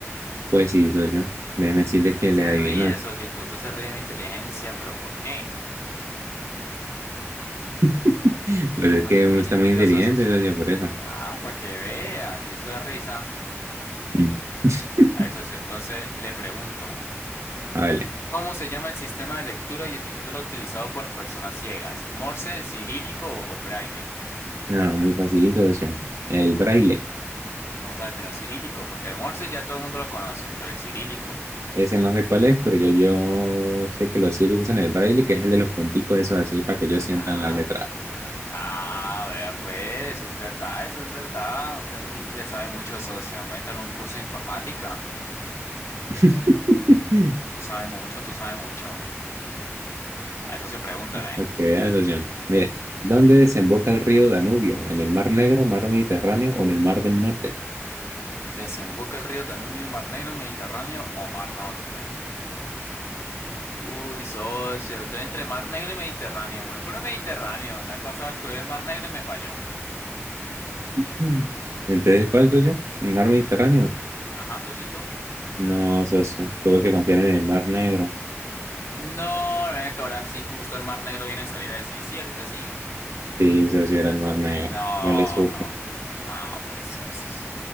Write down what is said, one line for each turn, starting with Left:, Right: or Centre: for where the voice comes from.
Right: Pues sí, socio. Déjeme decirle
Left: Y que
Right: que
Left: se
Right: le adivinó.
Left: ríe, socito. Usted se ríe de mi inteligencia, pero ¿por qué?
Right: <laughs>
Left: Sí,
Right: Pues
Left: soy
Right: es
Left: muy
Right: que
Left: inteligentioso,
Right: uno está muy inteligente,
Left: socio.
Right: socio, por eso.
Left: Ah, para que veas, eso da risa.
Right: Mm. <laughs>
Left: A ver, socio, entonces le pregunto,
Right: Ah, Vale.
Left: ¿cómo se llama el sistema de lectura y escritura utilizado por personas ciegas? ¿Morse, cirílico o, o braille?
Right: No, muy facilito, socio. El braille.
Left: ¿Cómo sabe que no es cirílico? Porque el morse ya todo el mundo lo conoce, pero el cirílico.
Right: Ese no sé cuál es, pero yo, yo sé que los ciegos usan el braille, que es el de los punticos, esos así, para que ellos sientan
Left: Ah,
Right: la letra.
Left: ah, vea pues, eso es verdad, eso es verdad. Usted muy, le sabe mucho, socio. Métale un curso de informática.
Right: <laughs>
Left: Tú sabes mucho, tú sabes mucho. A eso se pregunta,
Right: Ok, socio. Mire, ¿dónde desemboca el río Danubio? ¿En el Mar Negro, Mar Mediterráneo o en el Mar del Norte?
Left: ¿Desemboca el río Danubio, Mar Negro, Mediterráneo o Mar Norte? Uy, socio, estoy entre Mar Negro y Mediterráneo. Me voy por el Mediterráneo. La vez pasada escogí el Mar Negro y me falló.
Right: Mm. Entonces, ¿cuál soy yo? ¿El mar Mediterráneo?
Left: Ajá, socito.
Right: No, socio. Tuve que confiar en el Mar Negro.
Left: No, no me que ahora sí justo el Mar Negro viene a salir a decir, sí, ahorita sí.
Right: Sí, socio, era el Mar Negro.
Left: No,
Right: No le supe.
Left: no. No, pues eso.